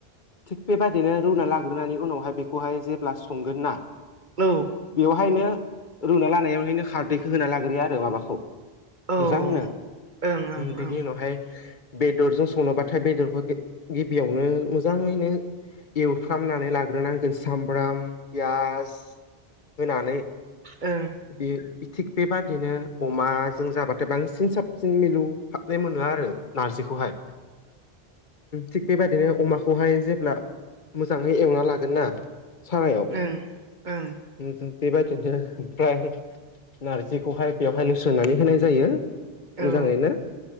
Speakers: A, on the left; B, on the right.
A: थिग बेबादिनो रुना लाग्रोनानै उनावहाय बेखौहाय जेब्ला संगोन ना
B: औ
A: बेवहायनो रुना लानायावहायनो खारदैखौ होना लाग्रोयो आरो माबाखौ
B: ओं
A: मोजांनो
B: ओं
A: बेनि
B: ओं
A: उनावहाय बेदरजों संनोबाथाय बेदरखौ गिबियावनो ओ मोजाङैनो एवफ्रामनानै लाग्रोनांगोन सामब्राम पियास होनानै
B: ओ
A: बे थिग बेबादिनो अमाजों जाबाथाय बांसिन साबसिन मिलु हाबनाय मोनो आरो नारजिखौहाय थिग बेबायदिनो अमाखौ खौहाय जेब्ला मोजाङै एवना लागोन ना सारायाव
B: ओं औ
A: मोजां। बेबायदिनो उमफ्राय नारजिखौहाय बेवहाय लुसोननानै होनाय जायो मोजाङैनो
B: ओं औ